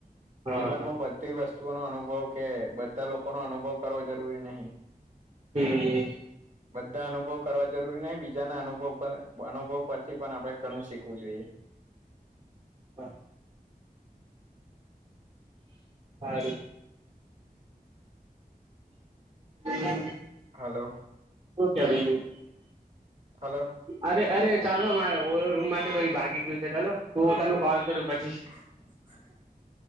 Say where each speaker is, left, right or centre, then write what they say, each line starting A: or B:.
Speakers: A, on the right; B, on the right.
A: હા
B: જીવનમાં
A: હા
B: બધી વસ્તુઓ નો અનુભવ કે બધા લોકો નો અનુભવ કરવો જરૂરી નહી.
A: હમ હ.
B: બધા અનુભવ કરવા જરૂરી નહી બીજાના અનુભવ અનુભવ ઉપરથી પણ આપડે ઘણું શીખવું જોઈએ.
A: હા. સાર. હ <inaudible>
B: હલો.
A: શ ક્યા બઈજું.
B: હલો.
A: અરે અરે ચાલો મારે રૂમમાંથી કોઈ ભાગી ગયું છે ચાલ હું તનું કોલ કરું પછી.
B: <inaudible>